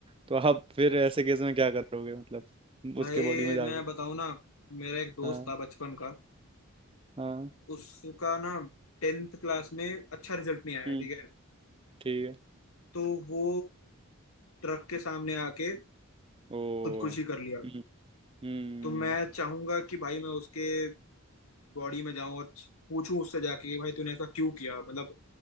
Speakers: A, on the right (about 25°); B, on the left (about 80°).
A: तो आप फिर ऐसे केस में क्या करोगे मतलब
B: भाई
A: उसके बॉडी में जाके
B: मैं बताऊं ना मेरा एक दोस्त
A: हाँ
B: था बचपन का
A: हाँ
B: उसका ना टेंथ क्लास में अच्छा रिजल्ट नहीं आया
A: हम्म
B: ठीक है
A: ठीक है
B: तो वो ट्रक के सामने आके
A: ओ
B: खुदकुशी कर लिया
A: हम्म हम्म
B: तो मैं चाहूंगा कि भाई मैं उसके बॉडी में जाऊं और पूछूं उससे जाके कि भाई तूने ऐसा क्यों किया मतलब